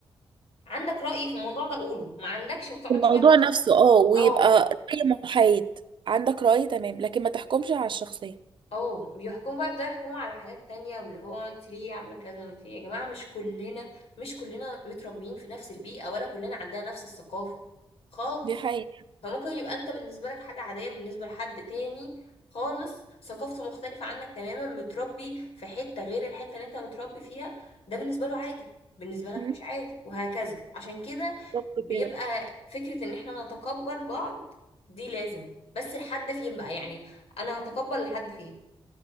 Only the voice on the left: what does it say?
عندك رأي في الموضوع ده قوله ما عندكش ما تقعدش
بقى تمسك-
اه
اه بيحكموا بقى يبدأوا يحكموا على حاجات تانية واللي هو انت ليه عاملة كذا وانت ليه يا جماعة مش كلنا مش كلنا متربيين في نفس البيئة ولا كلنا عندنا نفس الثقافة خالص
فممكن يبقى انت بالنسبة لك حاجة عادية بالنسبة لحد تاني خالص ثقافته مختلفة عنك تماما متربي في حتة غير الحتة اللي انت متربي فيها ده بالنسبة له عادي بالنسبة لك
مش عادي وهكذا عشان كده
بيبقى
فكرة ان احنا نتقبل بعض دي لازم بس لحد فين بقى يعني انا هتقبل لحد فين